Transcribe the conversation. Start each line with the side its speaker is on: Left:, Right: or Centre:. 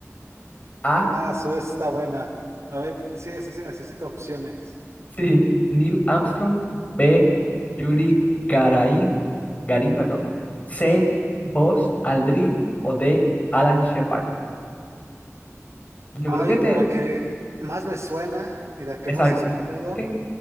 Left: A.
Right: Ah, su vez está buena. A ver, sí, esa sí necesito opciones.
Left: Sí, Neil Armstrong. B. Yuri Garaín, Garín, perdón. C. Buzz Aldrin o D. Alan Shepard. Yo
Right: Ay,
Left: creo que
Right: bro,
Left: te...
Right: la que más me suena y la que
Left: Exacto.
Right: más he escuchado
Left: ¿qué?